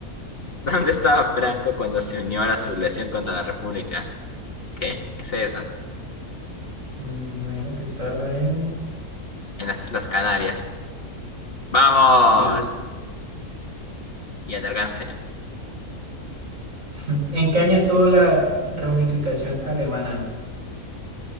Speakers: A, on the left; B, on the right.
A: ¿Dónde estaba Franco cuando se unió a la sublevación contra la República? ¿Qué? ¿Qué es eso?
B: Mm, imagino que estaba en...
A: En las Islas Canarias. ¡Vamos!
B: Dios.
A: Ya te alcancé.
B: <laughs> ¿En qué año tuvo la reunificación alemana?